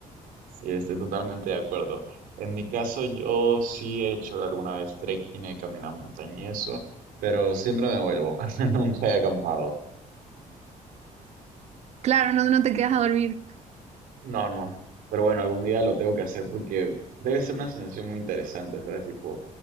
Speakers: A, on the right; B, on the right.
A: Sí, estoy totalmente de acuerdo. En mi caso, yo sí he hecho de alguna vez trekking, he caminado montaña y eso, pero siempre me vuelvo. <laughs> Nunca he acampado.
B: Claro, no, no te quedas a dormir.
A: No, no. Pero bueno, algún día lo tengo que hacer porque debe ser una sensación muy interesante, ¿sabes? Tipo,